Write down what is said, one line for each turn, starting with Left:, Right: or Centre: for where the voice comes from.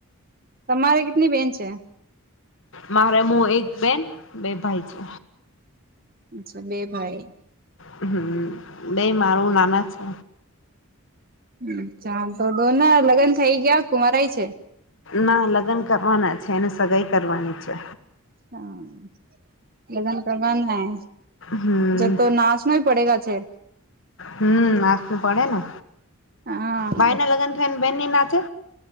Right: તમારે કેટલી બેન છે?
Left: મારે હું એક બેન બે ભાઈ છે.
Right: અચ્છા બે ભાઈ
Left: હમ બે મારું નાના છે.
Right: અચ્છા તો દો ના લગ્ન થઇ ગયા કુવારાય છે?
Left: ના લગ્ન કરવાના છે એને સગાાઈ કરવાની છે.
Right: હા લગન કરવાના હૈ
Left: હમ
Right: જતો નાશ પડેગા છે.
Left: હમ નાચુ પડે ને
Right: હા
Left: ભાઈ ના લગ્ન થઈ ને બેન ની નાચે